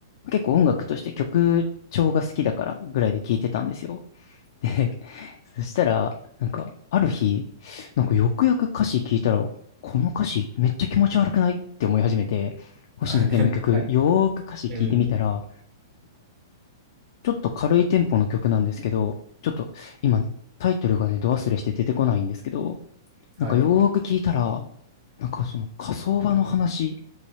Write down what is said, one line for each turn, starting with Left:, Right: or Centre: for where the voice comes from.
Left: 結構音楽として曲調が好きだからぐらいで聞いてたんですよ。で、<laughs> そしたら、なんか、ある日、なんかよくよく歌詞聞いたら、この歌詞めっちゃ気持ち悪くないって思い始めて、星野源の曲、
Right: はい。<laughs> はい。
Left: よーく歌詞聞いてみたら、
Right: うん。
Left: ちょっと軽いテンポの曲なんですけど、ちょっと今タイトルがね、
Right: うん
Left: ド忘れして出てこないんですけど、なんかよーく聞いたら、
Right: はい。
Left: なんかその火葬場の話